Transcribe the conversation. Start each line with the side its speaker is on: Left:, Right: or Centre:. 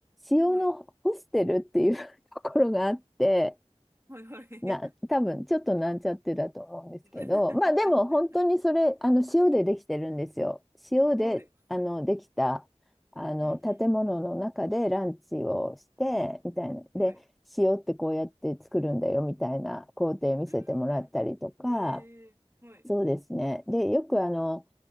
Centre: 塩のホステルっていう
Right: はい。
Centre: <laughs> ところがあって、
Right: はいはい。
Centre: な、多分ちょっとなんちゃってだと思うんですけど、
Right: <laughs>
Centre: まあでも本当にそれ、あの塩でできてるんですよ。塩で、
Right: はい。
Centre: あの、できた、あの、
Right: うんう
Centre: 建物の中でランチをして、みたいな。で、
Right: ん。はい。
Centre: 塩ってこうやって作るんだよ、みたいな工程見せてもらったりとか、
Right: うーん。ええはい。
Centre: そうですね。で、よくあの、